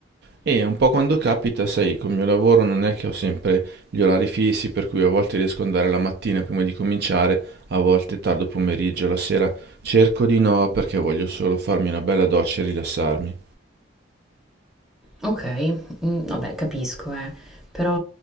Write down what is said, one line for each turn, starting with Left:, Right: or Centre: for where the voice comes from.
Right: E un po' quando capita, sai, col mio lavoro non è che ho sempre gli orari fissi, per cui a volte riesco ad andare la mattina prima di cominciare, a volte tardo pomeriggio, la sera cerco di no perché voglio solo farmi una bella doccia e rilassarmi.
Centre: Okay, mhmm, vabbè capisco eh, però